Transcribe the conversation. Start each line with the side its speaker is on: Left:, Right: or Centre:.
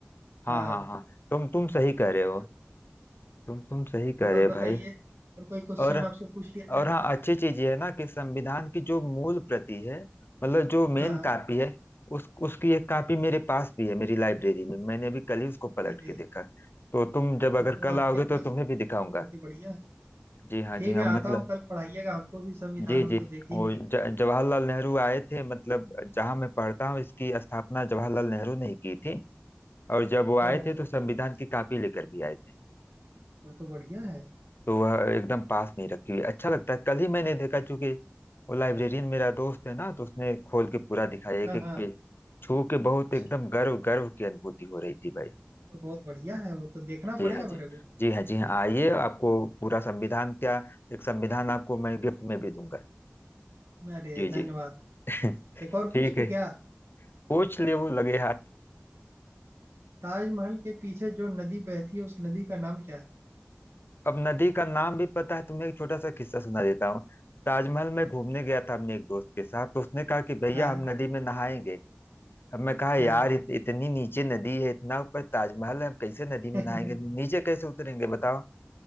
Left: हाँ
Right: हाँ,
Left: हाँ हाँ तुम तुम सही कह रहे
Right: गजब।
Left: हो तुम तुम सही
Right: और
Left: कह रहे हो
Right: बताइए
Left: भाई
Right: और कोई क्वेश्चन
Left: और
Right: आपसे पूछ लिया जाए
Left: और हाँ अच्छी चीज ये है ना कि संविधान की जो मूल प्रति है मतलब जो मेन
Right: हाँ
Left: कॉपी है उस उसकी एक कॉपी मेरे पास भी है मेरी लाइब्रेरी में मैंने अभी कल ही उसको पलट
Right: अरे
Left: के देखा तो तुम जब अगर
Right: तब तो
Left: कल
Right: आपके
Left: आओगे
Right: पास
Left: तो तुम्हें भी दिखाऊंगा
Right: बहुत ही बढ़िया
Left: जी हाँ
Right: ठीक
Left: जी हाँ
Right: है
Left: मतलब
Right: आता हूँ कल पढ़ाइएगा हमको भी संविधान
Left: जी
Right: हम
Left: जी
Right: तो देखे
Left: वो
Right: ही नहीं
Left: ज-
Right: है
Left: जवाहरलाल नेहरू आए थे मतलब जहाँ मैं पढ़ता हूँ इसकी स्थापना जवाहरलाल नेहरू ने ही की थी और जब वो
Right: तो
Left: आए थे तो संविधान की कॉपी लेकर भी आए थे
Right: वो तो बढ़िया है
Left: तो वह एकदम पास में ही रखी हुई है। अच्छा लगता है कल ही मैंने देखा चूंकि वो लाइब्रेरियन मेरा दोस्त है ना तो उसने खोल के पूरा दिखाया एक
Right: हाँ
Left: एक
Right: हाँ
Left: पेज छू के बहुत
Right: ये
Left: एकदम गर्व गर्व की अनुभूति हो रही थी भाई
Right: तो बहुत बढ़िया है वो तो देखना
Left: जी
Right: पड़ेगा
Left: हाँ
Right: मेरे
Left: जी
Right: को
Left: जी हाँ जी हाँ आइए आपको पूरा संविधान क्या एक संविधान आपको मैं गिफ्ट में भी दूंगा
Right: अरे
Left: जी
Right: धन्यवाद
Left: जी <laughs>
Right: एक और पूछ
Left: ठीक
Right: लो
Left: है
Right: क्या
Left: पूछ लिए वो लगे हाथ
Right: ताजमहल के पीछे जो नदी बहती है उस नदी का नाम क्या है
Left: अब नदी का नाम भी पता है तुम्हें एक छोटा सा किस्सा सुना देता हूँ ताजमहल में घूमने गया था अपने एक दोस्त के साथ तो उसने कहा कि भैया
Right: हाँ
Left: हम नदी में नहाएंगे अब मैं कहा यार
Right: हाँ
Left: इत, इतनी नीचे नदी है इतना ऊपर ताजमहल है हम कैसे नदी में
Right: <laughs>
Left: नहाएंगे नीचे कैसे उतरेंगे बताओ